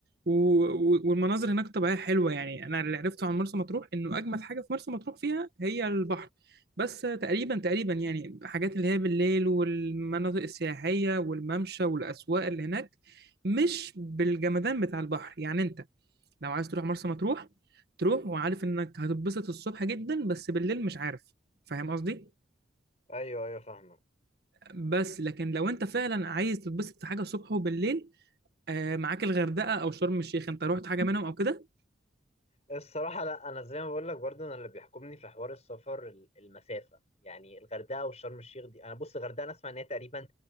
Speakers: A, on the right; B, on the left.
A: و... و- والمناظر هناك طبيعيه حلوه يعني انا اللي عرفته عن مرسى مطروح انه اجمد حاجه في مرسى مطروح فيها هي البحر بس تقريبا تقريبا يعني حاجات اللي هي بالليل والمناطق السياحيه والممشى والاسواق اللي هناك مش بالجمدان بتاع البحر يعني انت لو عايز تروح مرسى مطروح تروح وعارف انك هتتبسط الصبح جدا بس بالليل مش عارف فاهم قصدي
B: ايوه ايوه فاهمك
A: بس لكن لو انت فعلا عايز تتبسط في حاجه الصبح وبالليل آه معاك الغردقه او شرم الشيخ انت رحت حاجه منهم او كده
B: الصراحة لا أنا زي ما بقول لك برضو أنا اللي بيحكمني في حوار السفر ال- المسافة يعني الغردقة والشرم الشيخ دي أنا بص الغردقة أنا أسمع إن هي تقريبا